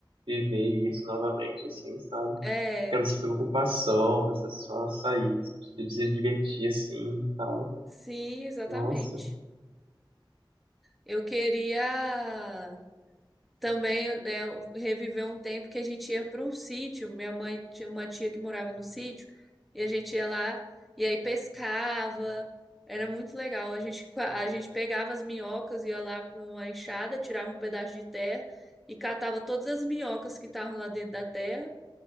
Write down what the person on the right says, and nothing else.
viver isso novamente, assim, sabe?
Aquela preocupação, você só sair, se se divertir assim e tal.
Nossa,